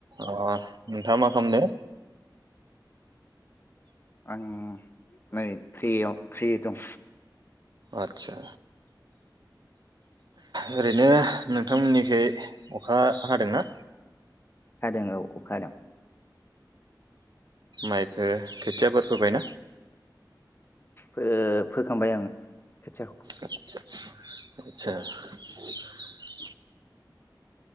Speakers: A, on the right; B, on the left.
A: अ' नोंथाङा मा खामनो
B: आं नै फ्रियाव फ्रि दं।
A: आदसा ओरैनो नोंथांमोननिखै अखा हादोंना?
B: हादों औ अखा हादों।
A: मायब हो खोथियाफोर फोबाय ना?
B: ओ फोखांबाय आं। खोथियाखौ।
A: आदसा आदसा <inaudible>